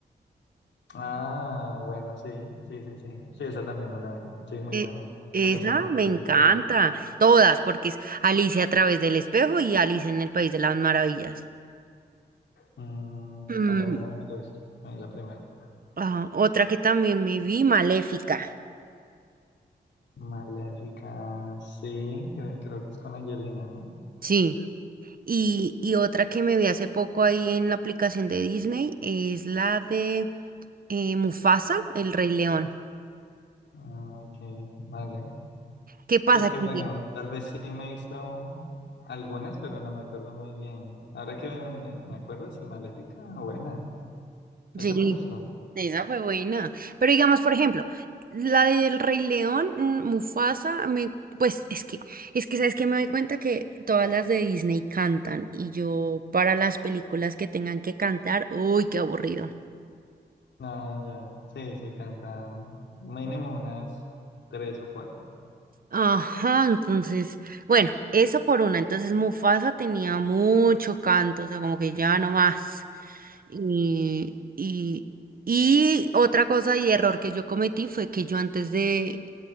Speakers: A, on the left; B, on the right.
A: Ah, bueno, sí, sí, sí, sí. Sí, esa también me la vi. Sí, muy
B: Eh,
A: buena.
B: esa
A: Con el sombrerito
B: me encanta.
A: y todo eso.
B: Todas, porque es Alicia a través del espejo y Alicia en el País de las Maravillas.
A: Mm,
B: Mm,
A: la segunda no me la he visto. eh, la primera.
B: ah, otra que también me vi, Maléfica.
A: Maléfica, sí, creo, creo que es con Angelina, ¿no?
B: Sí. Y, y otra que me vi hace poco ahí en la aplicación de Disney es la de eh, Mufasa, el Rey León.
A: Ah, Ok, vale.
B: ¿Qué pasa
A: Es
B: aquí?
A: que bueno, tal vez sí me he visto algunas, pero no me acuerdo muy bien. Ahora que me, me acuerdo, sí, Maléfica, buena. Esa
B: Sí,
A: me gustó.
B: esa fue buena. Pero digamos, por ejemplo, la del Rey León, mm, Mufasa, me, pues es que, es que sabes que me doy cuenta que todas las de Disney cantan y yo para las películas que tengan que cantar, uy, qué aburrido.
A: Ah, ya. Sí, sí, cantan mínimo unas tres o cuatro.
B: Ajá, entonces, bueno, eso por una. Entonces Mufasa tenía mucho canto, o sea, como que ya no más. Y, y, y otra cosa y error que yo cometí fue que yo antes de,